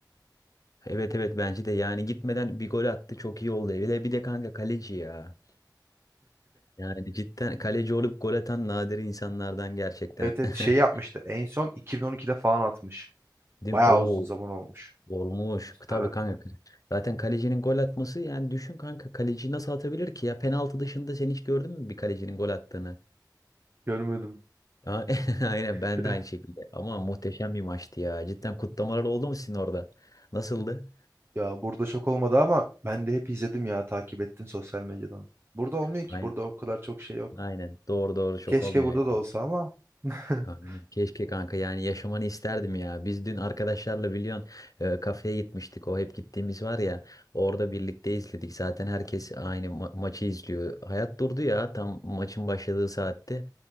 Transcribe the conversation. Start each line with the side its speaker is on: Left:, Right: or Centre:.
Left: Evet evet bence de yani gitmeden bir gol attı çok iyi oldu. Hele bir de kanka kaleci ya. Yani cidden kaleci olup gol atan nadir insanlardan gerçekten.
Right: Evet evet
Left: <laughs>
Right: şey yapmıştı. En son 2012'de falan atmış.
Left: Değil
Right: Bayağı
Left: mi? Oo.
Right: uzun zaman olmuş.
Left: Olmuş.
Right: Muslera.
Left: Tabii kanka. Zaten kalecinin gol atması yani düşün kanka kaleci nasıl atabilir ki ya penaltı dışında sen hiç gördün mü bir kalecinin gol attığını?
Right: Görmedim.
Left: A- <laughs> Aynen
Right: <laughs>
Left: ben de aynı şekilde. Ama muhteşem bir maçtı ya. Cidden kutlamalar oldu mu sizin orada? Nasıldı?
Right: Ya burada şok olmadı ama ben de hep izledim ya takip ettim sosyal medyadan. Burada olmuyor
Left: Aynen.
Right: ki burada o kadar çok şey yok.
Left: Aynen. Doğru doğru şok
Right: Keşke
Left: olmuyor.
Right: burada da olsa ama. <laughs>
Left: Aynen. Keşke kanka yani yaşamanı isterdim ya. Biz dün arkadaşlarla biliyorsun e, kafeye gitmiştik. O hep gittiğimiz var ya. Orada birlikte izledik. Zaten herkes aynı ma- maçı izliyor. Hayat durdu ya tam maçın başladığı saatte.